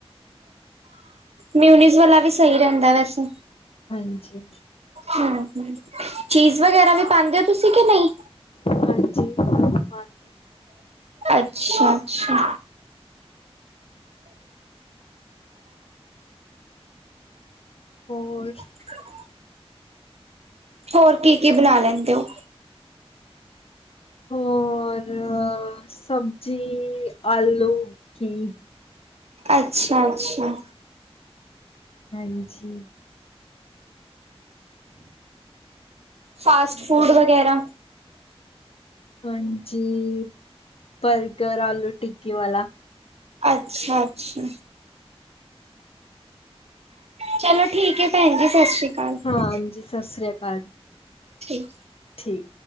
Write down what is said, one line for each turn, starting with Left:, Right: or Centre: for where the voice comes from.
Right: ਮਿਊਨੀਜ਼ ਵਾਲਾ ਵੀ ਸਹੀ ਰਹਿੰਦਾ ਵੈਸੇ
Left: ਹਾਂਜੀ
Right: ਹਮ ਹਮ, ਚੀਜ਼ ਵਗੈਰਾ ਵੀ ਪਾਾਂਉਂਦੇ ਹੋ ਤੁਸੀਂ, ਕਿ ਨਹੀਂ
Left: ਹਾਂਜੀ ਹਾਂਜੀ
Right: ਅੱਛਾ ਅੱਛਾ
Left: ਹੋਰ
Right: ਹ <unintelligible> ਹੋਰ ਕੀ ਕੀ ਬਣਾ ਲੈਂਦੇ ਹੋ
Left: ਹੋਰ ਸਬਜ਼ੀ ਆਲੂ ਕੀ
Right: ਅੱਛਾ ਅੱਛਾ
Left: ਹਾਂਜੀ ਜੀ
Right: ਫਾਸਟ ਫੂਡ ਵਗੈਰਾ
Left: ਹਾਂਜੀ ਬਰਗਰ ਆਲੂ ਟਿੱਕੀ ਵਾਲਾ
Right: ਅੱਛਾ ਅੱਛਾ ਚਲੋ ਠੀਕ ਹੈ ਭੈਣ ਜੀ ਸਤਿ ਸ਼੍ਰੀ ਅਕਾਲ ਠੀਕ
Left: ਹਾਂਜੀ ਸਤਿ ਸ੍ਰੀ ਅਕਾਲ
Right: ਠੀਕ
Left: ਠੀਕ